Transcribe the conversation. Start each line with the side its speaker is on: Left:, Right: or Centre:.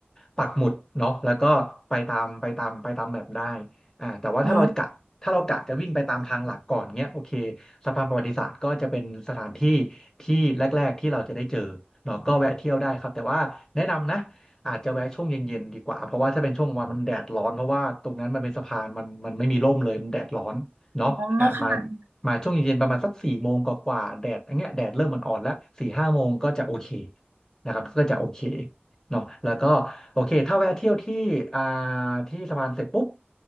Left: ปักหมุดเนาะแล้วก็ไปตามไปตามไปตามแมปได้อ่าแต่ว่าถ้าเรากะถ้าเรากะจะวิ่งไปตามทางหลักก่อนเงี้ยโอเค
Right: อ๋อ
Left: สะพานประวัติศาสตร์ก็จะเป็นสถานที่ที่แรกๆที่เราจะได้เจอเนาะก็แวะเที่ยวได้ครับแต่ว่าแนะนำนะ อาจจะแวะช่วงเย็นๆดีกว่าเพราะว่าถ้าเป็นช่วงกลางวันมันแดดร้อนเพราะว่าตรงนั้นมันเป็นสะพานมันมันไม่มีร่มเลยมันแดดร้อนเนาะอ่ะมา
Right: อ๋อค่ะ
Left: มาช่วงเย็นๆประมาณสักสี่โมงกว่าๆแดดอย่างเงี้ยแดดเริ่มมันอ่อนแล้วสี่ห้าโมงก็จะโอเคนะครับก็จะโอเคเนาะแล้วก็โอเคถ้าแวะเที่ยวที่อ่าที่สะพานเสร็จปุ๊บ